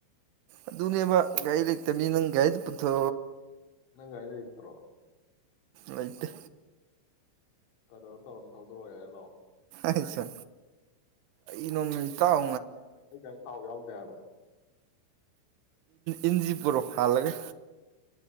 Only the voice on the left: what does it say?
ꯅꯪ ꯀꯥꯏꯂ ꯏꯠꯇ꯭ꯔꯣ
ꯀꯗ ꯊꯔꯅ ꯊꯗꯔꯣ ꯂꯑꯣ
ꯑꯩ ꯀꯔꯤ ꯊꯥꯎ ꯌꯥꯎꯗꯦꯕ